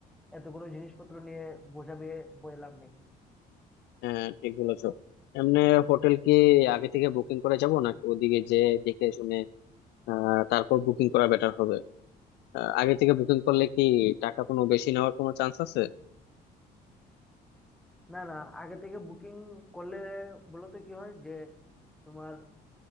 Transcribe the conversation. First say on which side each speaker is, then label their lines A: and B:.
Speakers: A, in the centre; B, on the left.
A: এতগুলো জিনিসপত্র নিয়ে বোঝাবে বয়ে লাভ নেই
B: হ্যাঁ ঠিক বলেছো এমনি হোটেল কি আগে থেকে বুকিং করে যাব নাকি ওদিকে যে দেখে শুনে আহ তারপর বুকিং করা বেটার হবে আহ, আগে থেকে বুকিং করলে কি টাকা কোনো বেশি নেওয়ার কোনো চান্স আছে
A: না না আগে থেকে বুকিং করলে বলতো কি হয় যে তোমার